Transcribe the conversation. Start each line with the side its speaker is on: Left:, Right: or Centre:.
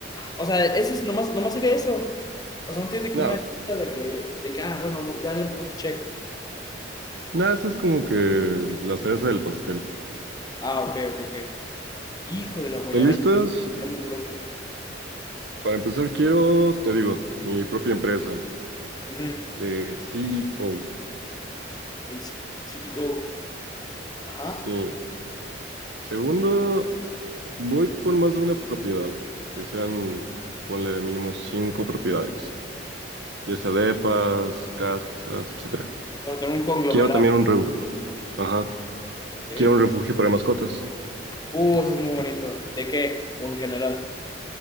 Left: O sea, ese es nomás, nomás sería eso. O sea, no tienes de
Right: Nada,
Left: que una lista de que, de que, ah, bueno, ya le puso check.
Right: nada, eso es como que la cereza del pastel.
Left: Ah, ok, ok, ok. Hijo de la guayaba,
Right: ¿Están listas?
Left: ya está explicando el profe.
Right: Para empezar, quiero, te digo, mi propia empresa
Left: Ujú.
Right: de CEO.
Left: El C- CEO. Ajá.
Right: Sí. Segundo, voy por más de una propiedad, que sean, ponle mínimo cinco propiedades, ya sea depas, casas, etcétera.
Left: O sea, tener un conglomerado.
Right: Quiero también un refugio, ajá,
Left: Ok.
Right: quiero un refugio para mascotas,
Left: Uh, eso es muy bonito. ¿De qué? O en general.